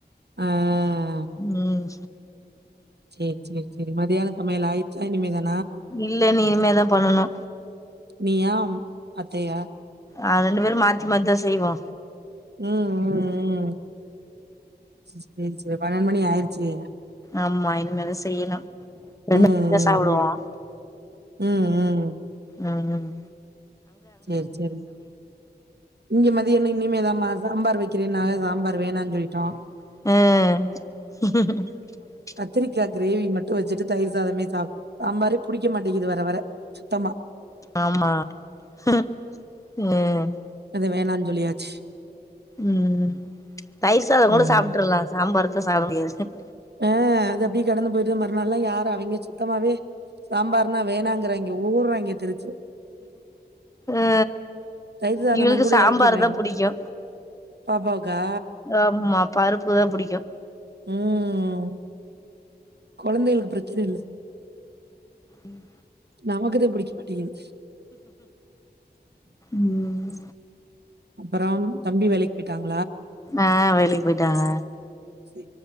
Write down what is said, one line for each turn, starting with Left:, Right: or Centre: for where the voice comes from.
Right: ஆ
Left: ம்
Right: சேரி சேரி சேரி மத்தியான சமையல் ஆயிருச்சா இனிமேதா
Left: இல்ல அண்ணி இனிமேதா பண்ணணு.
Right: நீயாம் அத்தையா?
Left: ஆ ரெண்டு பேரு மாத்தி மாத்திதா செய்வோ.
Right: ம் ம் ம் சேரி சேரி பன்னெண்டு மணி ஆயிருச்சு இல்லயா?
Left: ஆமா இனிமேதா செய்யணு. ரெண்டு
Right: ம்
Left: <inaudible> சாப்புடுவோ.
Right: ம் ம் ம் ம்
Left: ம் ம்
Right: சேரி சேரி இங்க மதியொ இன்னு இனிமே தா மா சாம்பார் வைக்கிறேன்னாக சாம்பார் வேணான் சொல்லிட்டோ
Left: ம்
Right: த்திரிக்கா கிரேவி மட்டு வச்சிட்டு தயிர் சாதமே சாப் சாம்பாரே புடிக்க மாட்டேங்கிது வர வர சுத்தமா
Left: ஆமா ஹும் ம்
Right: வேனாஞ் சொல்லியாச்சு
Left: ம் தயிர் சாதோங்கூட
Right: ம்
Left: சாப்ட்ரலா சாம்பாரு சோ சாப்ட முடியாது ஹ்ம்
Right: ஆ அது அப்படியே கடந்து போயிடுது மறுநாள்ல்லா யார் அவைங்க சுத்தமாவே சாம்பார்னா வேணாங்கறாங் க ஊர்ராங்கே தெருச்சி
Left: ஆ
Right: தயிர் சாதன
Left: இவக
Right: கூட
Left: சாம்பார்
Right: எறக்கிறாய்ங்க
Left: தா புடிக்கு
Right: பாப்பாவுக்கா
Left: ஆம்மா பருப் பு தா புடிக்கு
Right: ம் கொழந்தைகளுக்கு பிரச்சன இல்ல
Left: ம்
Right: நமக்கு தே பிடிக்க மாட்டேங்குது
Left: ம்
Right: அப்புறம் தம்பி வேலைக்கு போயிட்டாங்
Left: ஆ வேலைக்கு போயிட்டாங்க
Right: சி